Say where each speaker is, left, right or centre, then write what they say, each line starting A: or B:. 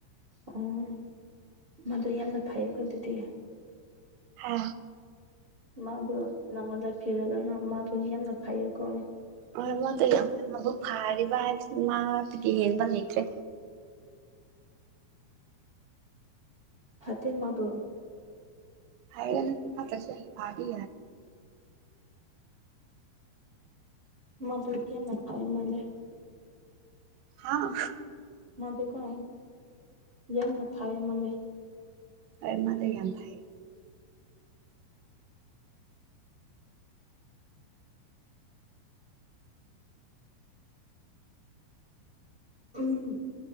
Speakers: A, on the right (about 55°); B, on the right (about 85°).
A: ꯑꯣ ꯃꯗꯨ ꯌꯥꯝꯅ ꯐꯩꯀꯣ ꯑꯗꯨꯗꯤ
B: ꯍꯥ
A: ꯃꯗꯨ ꯅꯪꯗ ꯄꯤꯔꯒꯅ ꯃꯥꯗꯨ ꯌꯥꯝꯅ ꯐꯩꯌꯦꯀꯣ
B: ꯍ ꯃꯗꯨꯕꯨ ꯐꯥꯔꯤꯕ ꯍꯥꯏꯕꯁꯤ ꯃꯥꯗꯨꯗꯒꯤ ꯍꯦꯟꯕ ꯂꯩꯇ꯭ꯔꯦ
A: ꯐꯠꯇꯦ ꯃꯥꯗꯨ
B: ꯍꯥꯏ ꯐꯥꯗꯤ
A: ꯃꯗꯨꯨꯔꯌꯥ ꯅꯈꯥꯏ ꯃꯥꯂꯦ
B: ꯍꯥꯥ
A: ꯃꯥ ꯗꯨꯀꯥꯟ ꯌꯥꯝꯅ ꯐꯥꯏ ꯃꯥꯜꯂ
B: ꯑ ꯃꯅ ꯌꯥꯝ ꯐꯥꯏ
A: ꯎꯝ